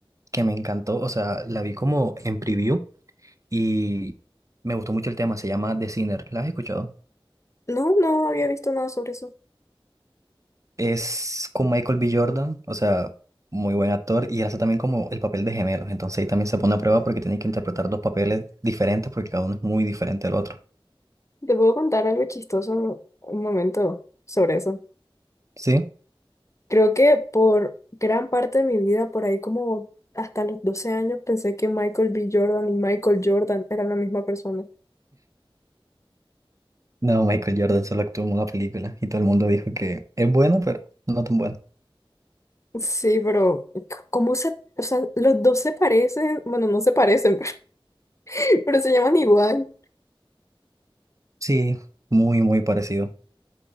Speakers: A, on the right (about 35°); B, on the left (about 35°).
A: que me encantó, o sea, la vi como en preview y me gustó mucho el tema. Se llama The Sinner. ¿La has escuchado?
B: No, no había visto nada sobre eso.
A: Es con Michael B. Jordan, o sea, muy buen actor y hace también como el papel de gemelos. Entonces ahí también se pone a prueba porque tiene que interpretar dos papeles diferentes porque cada uno es muy diferente al otro.
B: Te puedo contar algo chistoso un un momento sobre eso.
A: ¿Sí?
B: Creo que por gran parte de mi vida, por ahí como hasta los 12 años, pensé que Michael B. Jordan y Michael Jordan eran la misma persona.
A: No, Michael Jordan solo actuó en una película y todo el mundo dijo que es bueno, pero no tan bueno.
B: Sí, pero c- ¿cómo se...? O sea, los dos se parecen, bueno, no se parecen, <laughs> pero se llaman igual.
A: Sí, muy, muy parecido.